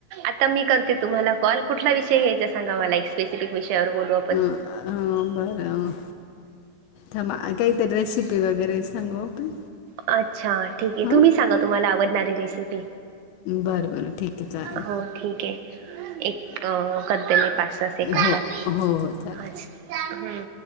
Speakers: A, on the right; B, on the left.
A: आता मी करते तुम्हाला कॉल, कुठला विषय घ्यायचा सांगा मला एक स्पेसिपीक विषयावर बोलू आपण.
B: अ बरं थांबा, काहीतरी रेसिपी वगैरे सांगू आपण.
A: अच्छा ठीक आहे,
B: हां
A: तुम्ही सांगा तुम्हाला आवडणारी रेसिपी.
B: बरं बरं ठीक आहे चालेल
A: हो ठीक आहे, एक अ करते मी पाच स सेकंद
B: हो
A: बाकी आहे,
B: हो हो चालेल
A: हाच हम्म.